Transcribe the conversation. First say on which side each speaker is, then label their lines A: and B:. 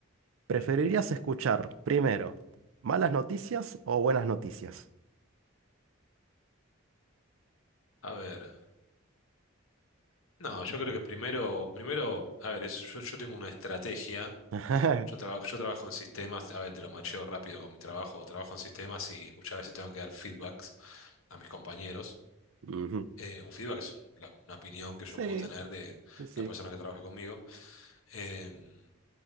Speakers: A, on the right (about 75°); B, on the left (about 85°).
A: ¿preferirías
B: Mm.
A: escuchar primero malas noticias o buenas noticias?
B: A ver, no, yo creo que primero, primero, a ver, es- yo, yo tengo una estrategia,
A: <laughs>
B: yo trabajo, yo trabajo en sistemas, a ver, te lo macheo rápido con mi trabajo, trabajo en sistemas y muchas veces tengo que dar feedbacks a mis compañeros.
A: Ujú.
B: Eh, un feedback es la- una opinión que yo
A: Sí,
B: puedo tener de
A: sí, sí.
B: la persona que trabaja conmigo. Em,